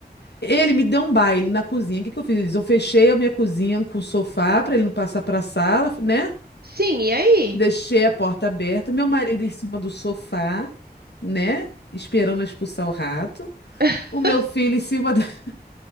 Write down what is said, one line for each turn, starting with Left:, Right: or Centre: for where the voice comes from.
Left: Ele me deu um baile na cozinha. O que que eu fiz? Eu fechei a minha cozinha com o sofá para ele não passar para a sala, né?
Right: Sim, e aí?
Left: Deixei a porta aberta, meu marido em cima do sofá, né? Esperando eu expulsar o rato.
Right: <laughs>
Left: O meu filho em cima da... <laughs>